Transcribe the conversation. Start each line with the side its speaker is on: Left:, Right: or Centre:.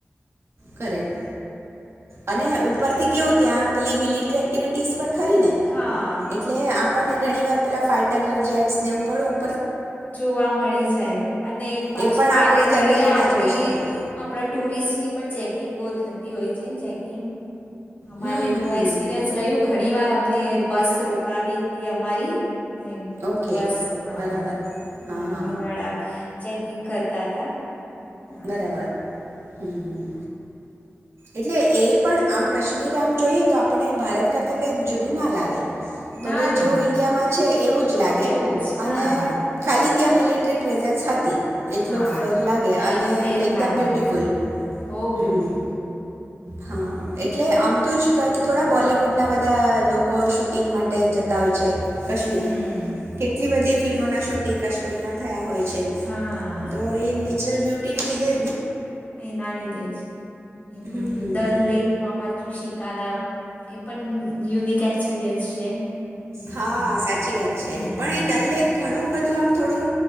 Right: કરેક્ટ. અને ઉપર થી કેવું ત્યાં આપલી મિલિટ્રી એક્ટિવિટીઝ ખરીને
Left: હા
Right: એટલે આમ આપણને ઘણી વાર પહેલાં ફાઇટર જેટ્સને એવું પડું
Left: જોવા મળી જાય અને પાછી
Right: એ પણ
Left: વારે
Right: આપણે જનરલી
Left: ઘડીએ આપણે
Right: ના જોઈ શકીએ
Left: આપણા ટુરિસ્ટની પણ ચે કિંગો થતી હોય છે ચેકિંગ. અમારે
Right: હમ હમ
Left: તો એક્સપિરિયન્સ રહ્યું ઘણી વાર ને બસ રોકાવી હતી અમારી. નેમ
Right: ઓકે
Left: બસ હા.
Right: બરાબર હા
Left: આર્મીવાળા
Right: હા
Left: ચેક કિંગ કરતા હતા. હા.
Right: બરાબર. હમ... એટલે એ પણ આમ કાશ્મીર આમ જોઈએ તો આપને ભારત કરતા કઈ જુદું ના લાગે. બધું
Left: ના ના
Right: જેવું ઈન્ડિયામાં છે એવું જ લાગે,
Left: એવું જ હા
Right: અને ખાલી ત્યાં મિલેટરી પ્રેઝેન્સ હતું. એટલો
Left: હા
Right: ફેર લાગે.
Left: એ
Right: અને
Left: ફેર
Right: એકદમ
Left: લાગે.
Right: બ્યુટિફુલ
Left: બહુ
Right: હમ
Left: બ્યુટફુલ.
Right: હા. એક એટલે આમ તો જ કંઈ થોડા બોલીવુડના બધા લોકો શૂટિંગ માટે જતા હોય. છે. કશ્મીર
Left: હમ
Right: કેટલી બધી ફિલ્મોના શૂટ એ કશમીરમાં થયા હોય છે.
Left: હા
Right: તો એને નેચરલ બ્યુટી ને લીધે.
Left: એના લિદે જ. એમાંય
Right: હમ
Left: એ દલ લેકમાં પાછું શીક કારણ એ પણ યુનિક એક્સપિરિયન્સ છે.
Right: હા સાચી વાત છે
Left: હમ
Right: પણ એ દલ લેક ઘણું બધું તુ આમ થોડું